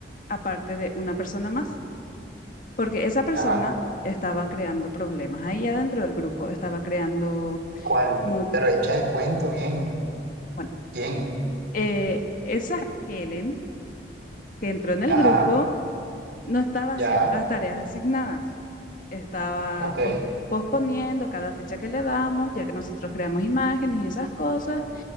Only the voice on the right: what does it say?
Ajá.
¿Cuál?
Pero echa el cuento bien.
¿Quién?
Ajá.
Ya.
Ok.